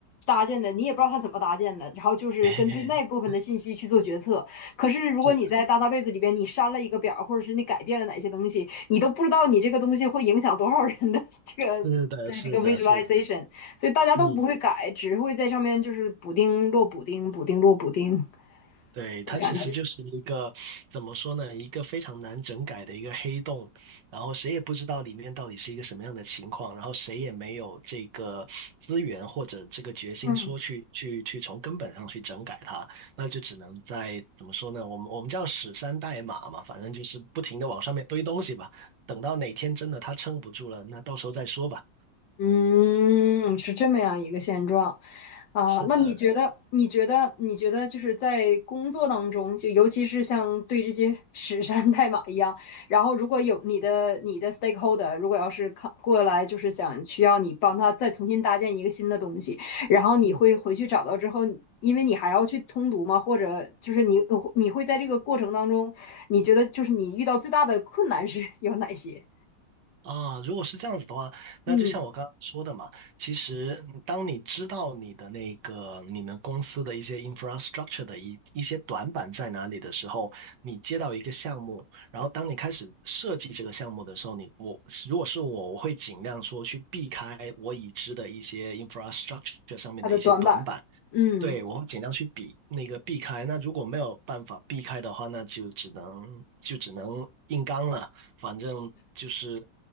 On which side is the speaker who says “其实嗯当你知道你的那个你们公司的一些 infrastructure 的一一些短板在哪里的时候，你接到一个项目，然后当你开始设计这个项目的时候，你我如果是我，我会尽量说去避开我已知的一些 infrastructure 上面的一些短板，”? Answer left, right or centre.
Right